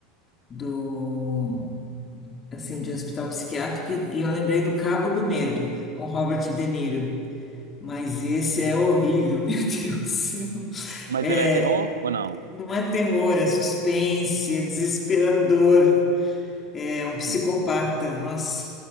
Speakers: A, on the left (about 30°); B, on the right (about 75°).
A: do assim de hospital psiquiátrico, e e eu lembrei do Cabo do Medo, com Robert De Niro. Mas esse é horrível, <laughs> meu Deus do céu.
B: Mas
A: É,
B: ele é terror ou não?
A: não é terror, é suspense, é desesperador, é um psicopata.
B: Uhum.
A: Nossa,